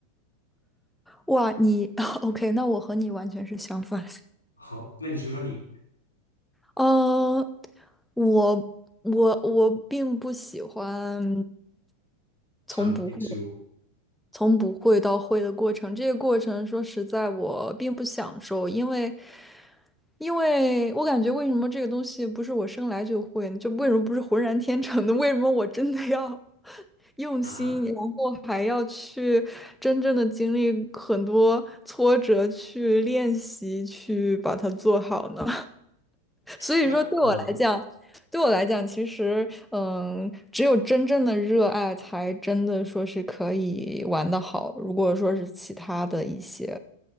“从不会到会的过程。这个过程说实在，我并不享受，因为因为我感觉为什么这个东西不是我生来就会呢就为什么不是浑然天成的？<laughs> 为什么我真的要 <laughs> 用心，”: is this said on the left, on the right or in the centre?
Centre